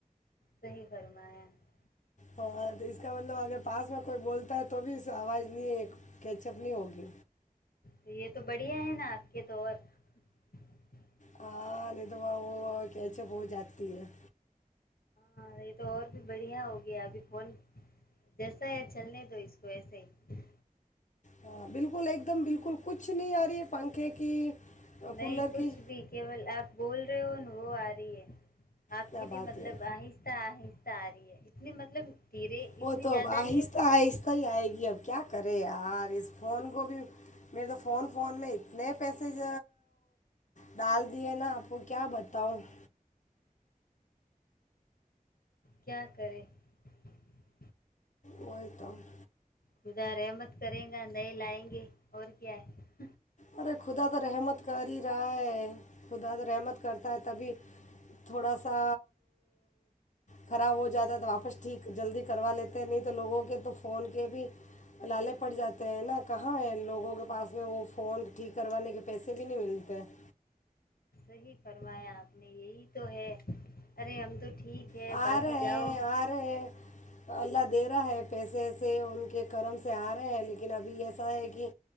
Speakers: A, on the left; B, on the left.
A: صحیح کررما ہے <unintelligible>
B: ہاں تو اس کا مطلب اگر پاس میں کوئی بولتا ہے تو بھی اس آواز نہیں کیچ اپ نہیں ہوگی
A: یہ تو بڑھیا ہے نا آپ کے تو اور <unintelligible>
B: ہاں نہیں تو وہ وہ کیچپ ہو جاتی ہے <unintelligible>
A: ہاں یہ تو اور بھی بڑھیا ہو گیا ابھی فون جیسا ہے چلنے تو اس کو ایسے ہی <unintelligible>
B: ہاں بالکل ایک دم بالکل کچھ نہیں آ رہی ہے پنکھے کی <unintelligible>
A: نہیں
B: کولر
A: کچھ
B: کی
A: بھی کیول آپ بول <unintelligible> ن وہ آ رہی ہے <unintelligible> آپ
B: کیا
A: کی بھی
B: بات
A: مطلب
B: ہے
A: آہستہ آہستہ <unintelligible> ساری ہے اتنی مطلب <unintelligible>
B: وہ
A: اتنی
B: تو
A: زیادہ
B: اب آہستہ
A: نہیں ہے پر
B: آہستہ ہی آئے گی اب کیا کرے ی آہستہ <unintelligible> فون کو بھی میرے تو فون فون میں اتنے پیسج ڈال دیے نا آپ کو کیا بتاؤں <unintelligible>
A: کیا کریں <unintelligible>
B: وہ توو <unintelligible>
A: خدا رحمت کریں گا نہیں لائیں گے اور کیا ہے <unintelligible>
B: ارے خدا تو رحمت کر ہی رہا ہے <unintelligible> خدا سے رحمت کرتا ہے تبھی تھوڑا سا خراب ہو جاتا ہے تو واپس ٹھیک جلدی کروا لیتے ہیں نہیں تو لوگوں کے تو فون کے بھی لالے پڑ جاتے ہیں نا کہاں ہے لوگوں کے پاس میں وہ <unintelligible> فون ٹھیک کروانے کے پیسے بھی نہیں ملتے <unintelligible>
A: ہی فرمایا آپ نے یہی تو ہے ارے ہم تو <unintelligible>
B: آ
A: باقی
B: رہے
A: جاؤ
B: آ رہے اللہ دے رہا ہے پیسے <unintelligible> سے ان کے کرم سے آ رہے ہیں لیکن ابھی ایسا ہے کہ